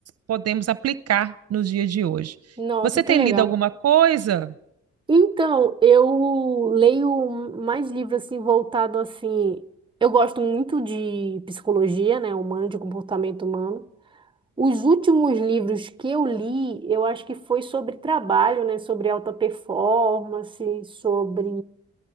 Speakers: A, on the right; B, on the right.
A: podemos aplicar nos dias de hoje.
B: Nossa,
A: Você
B: que
A: tem
B: legal.
A: lido alguma coisa?
B: Então, eu leio um, mais livros assim voltado assim. Eu gosto muito de psicologia, né, humana, de comportamento humano. Os últimos livros que eu li, eu acho que foi sobre trabalho, né, sobre alta performance, sobre